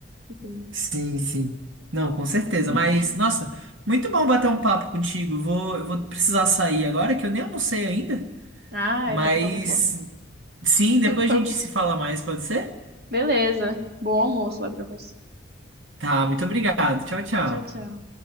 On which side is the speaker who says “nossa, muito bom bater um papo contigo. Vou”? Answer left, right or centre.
Right